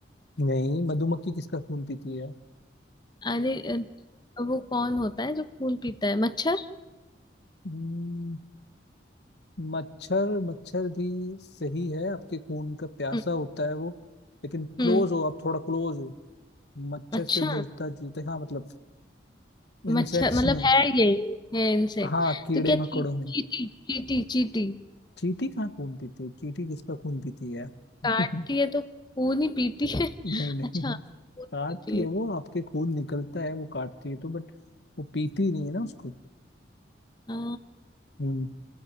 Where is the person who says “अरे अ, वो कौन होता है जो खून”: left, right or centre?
Left